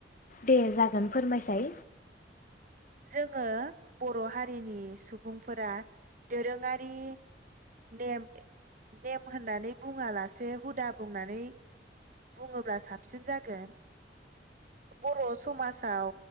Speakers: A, on the left; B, on the right.
A: दे जागोन फोरमायसाय
B: जोङो बर' हारिनि सुबुंफोरा दोरोङारि नेम नेम होननानै बुङालासे हुदा बुंनानै बुङोब्ला साबसिन जागोन बर' समाजाव